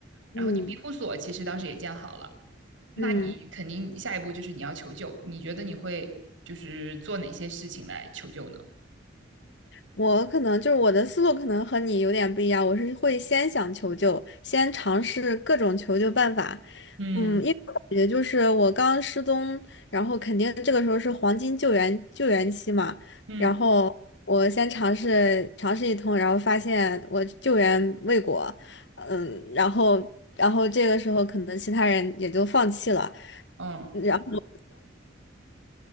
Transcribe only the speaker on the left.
<laughs> 嗯。
嗯。
我可能就是我的思路可能和你有点不一样，我是会先想求救，先尝试各种求救办法。
嗯，因为我感觉就是我刚失踪，然后肯定这个时候是黄金救援救援期嘛，
然后我先尝试尝试一通，然后发现我救援未果，嗯，然后然后这个时候可能其他人也就放弃了，
然后